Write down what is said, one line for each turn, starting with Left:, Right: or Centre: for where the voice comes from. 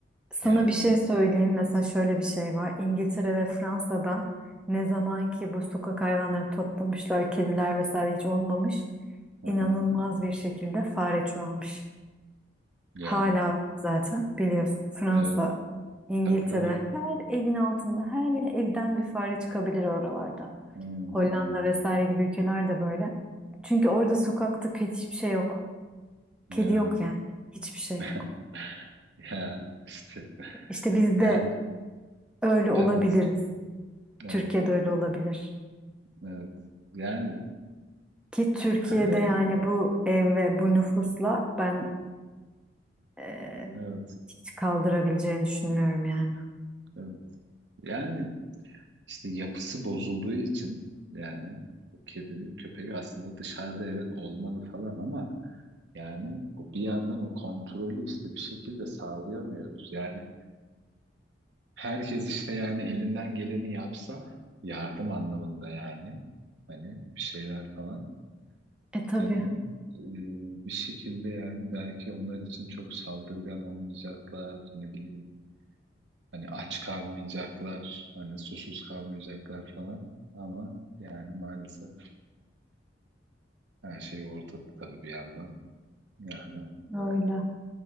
Centre: sana
Right: yani
Centre: bir şey söyleyeyim. Mesela şöyle bir şey var. İngiltere ve Fransa'da ne zaman ki bu sokak hayvanları toplamışlar, kediler vesaire hiç olmamış.
Right: aha,
Centre: inanılmaz bir şekilde fare çoğalmış.
Right: ya
Centre: Hala zaten biliyorsun Fransa,
Right: evet
Centre: İngiltere
Right: tabii tabii
Centre: her evin altında her evden bir fare çıkabilir oralarda.
Right: Hmm,
Centre: Hollanda vesaire gibi ülkeler de böyle. Çünkü orada sokakta kötü hiçbir şey yok.
Right: ya
Centre: Kedi yok yani. Hiçbir şey
Right: <laughs>
Centre: yok.
Right: ya işte
Centre: İşte biz
Right: yani
Centre: de öyle olabiliriz.
Right: evet evet
Centre: Türkiye'de öyle olabilir.
Right: evet yani
Centre: Ki Türkiye'de
Right: hani
Centre: yani bu ev ve bu nüfusla ben eee,
Right: evet
Centre: hiç kaldırabileceğini düşünmüyorum yani.
Right: evet yani İşte yapısı bozulduğu için yani o kedi köpeği aslında dışarıda evet olmalı falan ama yani o bir yandan o kontrolü işte bir şekilde sağlayamıyoruz. Yani herkes işte yani elinden geleni yapsa yardım anlamında yani hani bir şeyler falan
Centre: E tabii
Right: hani e, bir şekilde yani belki onlar için çok saldırgan olmayacaklar ne bileyim hani aç kalmayacaklar hani susuz kalmayacaklar falan ama yani maalesef Her şey ortada tabii bir yandan. Yani
Centre: öyle.